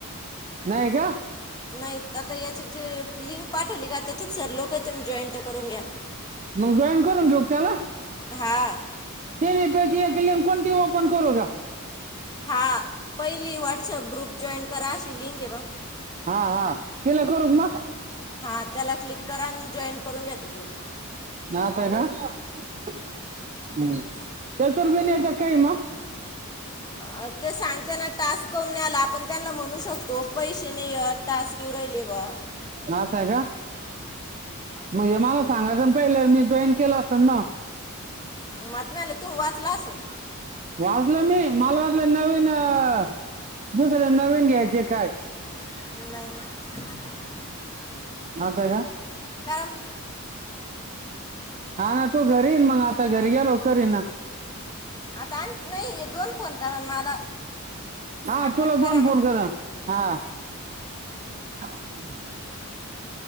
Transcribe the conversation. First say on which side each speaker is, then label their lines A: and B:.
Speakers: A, on the right; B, on the left.
A: नाहीय का?
B: नाही आता याच्यात जे लिंक पाठवली का त्याच्यात सर लोक हे तुम्ही जॉईं तर करून घ्या.
A: मग जॉईन करून घेऊ का त्याला
B: हा
A: ते- कोण ती ओपन करू का-
B: हा पहिली व्हॉट्सअप ग्रुप जॉईन करा अशी लिंक हे बघा.
A: हा हा तिला करू का मग?
B: हा त्याला क्लिक करा आणि जॉईट करून घ्या तो ग्रुप.
A: नाव काय नाव हम्... त्याच्यावरही नाही येत काही मग-
B: हा ते सांगते ना टास्क करून न त्याला आपण- त्यांना म्हणू शकतो पैसे नाहीय टास्क येऊ राहिले बा-
A: असं आहे का मग हे ना- सांगितल्यावर पहिलं मी जॉईन केला असत ना.
B: मला वाटल तू वाचला असल.
A: वाचलं मी माल वाटल नवीन अ- दुसर्या नवीन घ्यायचे काय-
B: ऑनलाईन-
A: माझ का?
B: मग
A: हा ना तू घरीये ना मंग आता घरी गेलो का करील ना.
B: आता आणखी दोन फोन कारण मला
A: हा तुला
B: कट करा
A: दोन फोन
B: ना
A: केला हा. <unintelligible>